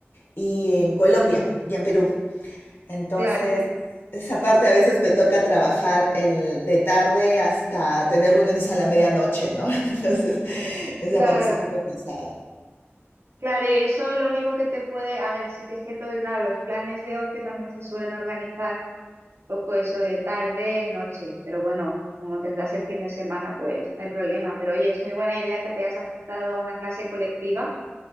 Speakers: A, on the left; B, on the right.
A: y en Colombia y en Perú. Entonces,
B: Claro,
A: esa parte a veces me toca trabajar el, de tarde hasta tener reuniones a la medianoche, ¿no? <laughs> Entonces, esa
B: claro,
A: parte es un poco pesada.
B: claro. Y eso lo único que te puede... A ver, sí que es cierto que, claro, los planes de ocio también se suelen organizar un poco eso de tarde, noche. Pero bueno, como tendrás el fin de semana, pues no hay problema. Pero oye, es muy buena idea que te hayas apuntado a una clase colectiva